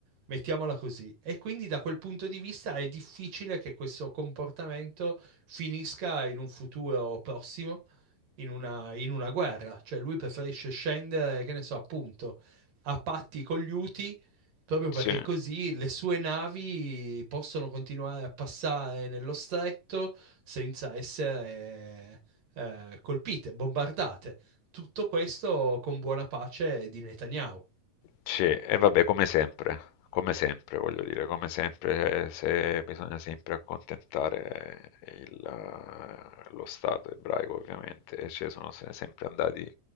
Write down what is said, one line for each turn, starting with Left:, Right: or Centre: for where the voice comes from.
Right: Mettiamola così. E quindi da quel punto di vista è difficile che questo comportamento finisca in un futuro prossimo in una, in una guerra. Cioè lui preferisce scendere, che ne so, appunto, a patti con gli Uti, proprio
Left: Sì,
Right: perché così le sue navi possono continuare a passare nello stretto senza essere eh, colpite, bombardate. Tutto questo con buona pace di Netanyahu.
Left: sì, e vabbè, come sempre, come sempre, voglio dire, come sempre, eh, se bisogna sempre accontentare il, eh, lo Stato ebraico, ovviamente, e ci sono se- sempre andati,